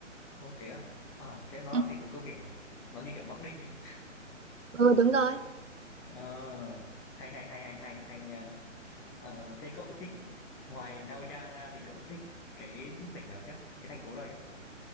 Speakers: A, in the centre; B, on the right.
A: Ô thế á? À thế nó
B: Ừ.
A: là thành phố công nghiệp à? Nó như kiểu Bắc Ninh ấy.
B: Ừ đúng rồi.
A: Ờ, hay, hay, hay, hay, hay, hay nha. Ờ, thế cậu thích ngoài Nagoya ra thì cậu thích cái tỉnh nào chứ Cái thành phố nào chứ